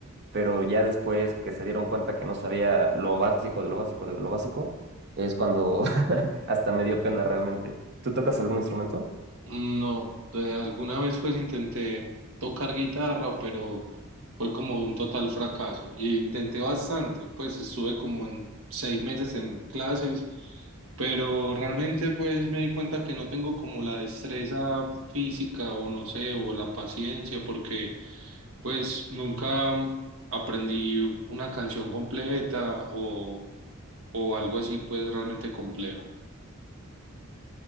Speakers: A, on the right; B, on the right.
A: pero ya después que se dieron cuenta que no sabía lo básico de lo básico de lo básico, es cuando <laughs> hasta me dio pena realmente. ¿Tú tocas algún instrumento?
B: Mm, No, eh, alguna vez pues intenté tocar guitarra, pero fue como un total fracaso. Y intenté bastante, pues estuve como en seis meses en clases, pero realmente pues me di cuenta que no tengo como la destreza física o no sé, o la paciencia, porque pues nunca aprendí una canción completa o o algo así, pues realmente complejo.